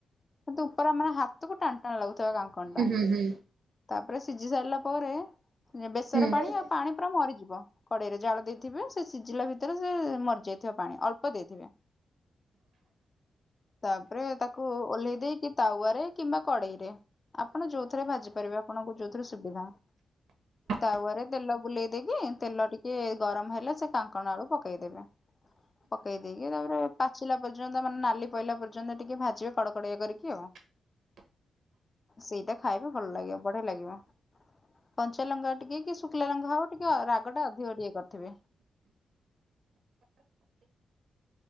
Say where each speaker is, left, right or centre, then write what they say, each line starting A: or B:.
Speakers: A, on the left; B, on the right.
A: କିନ୍ତୁ ଉପରେ ଆମର ହାତକୁ ଟାଣ ଟାଣ ଲାଗୁଥିବ କାଙ୍କନ ଟା।
B: ଉଁ ହୁଁ।
A: ତାପରେ ସିଝି ସାରିଲା ପରେ ବେସର
B: ହୁଁ ହ୍ୟାଲୋ
A: ପାଣି ଆଉ ପାଣି ପୁରା ମରିଯିବ। କଡେଇରେ ଜାଳ ଦେଇଥିବେ ସେ ସିଝିଲା ଭିତରେ ସେ ମରିଯାଇଥିବ ପାଣି ଅଳ୍ପ ଦେଇଥିବେ। ତାପରେ ତାକୁ ଓହ୍ଲେଇ ଦେଇକି କି ତାୱରେ କିମ୍ବା କଡେଇ ରେ ଆପଣ ଯୋଉଥିରେ ଭାଜି ପାରିବେ ଆପଣଙ୍କୁ ଯୋଉଥିରେ ସୁବିଧା।
B: <inaudible>
A: ତାୱରେ ତେଲ ବୁଲେଇ ଦେଇକି ତେଲ ଟିକେ ଗରମ ହେଲେ ସେ କାଙ୍କଣ ଆଳୁ ପକେଇଦେବେ। ପକେଇ ଦେଇକି ତାପରେ ପାଚିଲା ପର୍ଯ୍ୟନ୍ତ ମାନେ ନାଲି ପଇଲା ପର୍ଯ୍ୟନ୍ତ ଟିକେ ଭାଜିବେ କଡକଡିଆ କରିକି ଆଉ।
B: <inaudible>
A: ସେଇଟା ଖାଇବେ ଭଲ ଲାଗିବ ବଢିଆ ଲାଗିବ। କଞ୍ଚାଲଙ୍କା ଟିକେ କି ଶୁଖିଲା ଲଙ୍କା ହଉ ଟିକେ ରାଗ ଟା ଅଧିକ ଟିକେ କରିଥିବେ।